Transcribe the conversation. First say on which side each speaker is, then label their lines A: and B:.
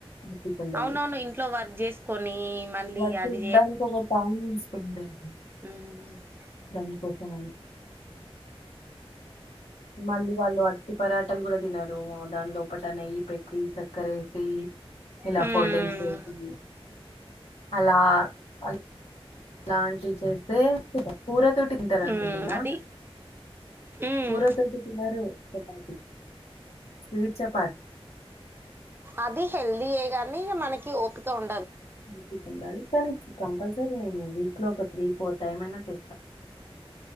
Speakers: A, on the left; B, on the right.
A: తీస్ కుండ
B: అవునవును
A: అది
B: ఇంట్లో వర్క్ చేసుకొని మళ్ళీ
A: వద్దు
B: అది
A: ఉనడాకి ఒక టైమ్ తిసుకు ఉంది దరాని
B: మ్
A: దాని కోక్కోనై మళ్ళీ వాళ్ళు అట్టి పరాట ట్టలు కూడా తినరు దాని లోపట నెయ్యి పెట్టి చక్కర వేసి ఇలా
B: హ్మ్
A: ఫోల్డింగ్ చేసి అలా అ లాంటివి చేస్తే కూర తోటి తింటార అనుకుంటున్నా
B: హ్మ్ అది హ్మ్
A: కూర తోటి తినరు చపాతి స్వీట్ చపా
B: అది హెల్దీయే గాని మనకి ఓపిక ఉం
A: ఓపిక ఉండాలి కానీ కంపల్సరీ నేను వీక్ లో ఒక త్రీ ఫోర్ టైమ్ అయినా చేస్తా